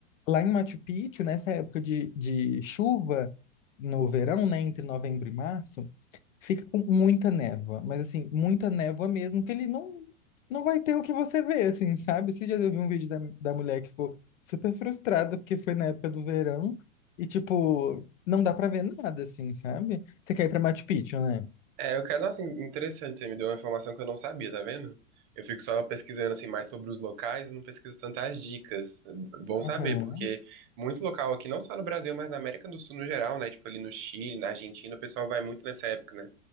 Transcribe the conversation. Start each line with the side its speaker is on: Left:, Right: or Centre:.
Left: lá em Machu Picchu, nessa época de, de chuva no verão, né, entre novembro e março, Fica com muita névoa, mas assim, muita névoa mesmo, que ele não, não vai ter o que você vê, assim, sabe? Você já viu um vídeo da, da mulher que ficou super frustrada porque foi na época do verão e, tipo, não dá pra ver nada, assim, sabe? Você quer ir pra Machu Picchu, né?
Right: É, eu quero, nossa, in- interessante, você me deu uma informação que eu não sabia, tá vendo? Eu fico só pesquisando assim mais sobre os locais e não pesquiso tantas dicas. Bom
Left: Aham.
Right: saber, porque muito local aqui, não só no Brasil, mas na América do Sul no geral, né? Tipo ali no Chile, na Argentina, o pessoal vai muito nessa época, né?